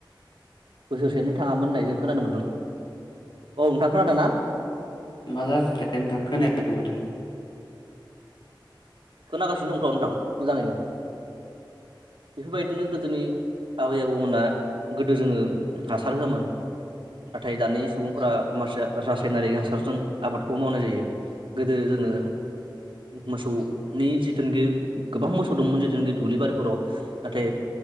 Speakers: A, on the right (about 75°); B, on the left (about 65°).
A: बोसोरसे नो थाङामोन होननाय जों खोनानो मोनदों औ नोंथां खोनादों ना?
B: मा जाखोथाय नोंथां खोनायाखै माथो।
A: खोनागासिनो दंथ' नोंथां मोजाङैनो। बेफोरबायदिनो गोदोनि आबै आबौमोनहा गोदो जोङो हासार होआमोन नाथाय दानि सुबुंफोरा माखासे रासायनारिक हासारजों आबादखौ मावनाय जायो गोदो जोङो मोसौ नि जिथुनाखि मोसौ दंमोन जिथुनाखि दुब्लि बारिफोराव नाथाय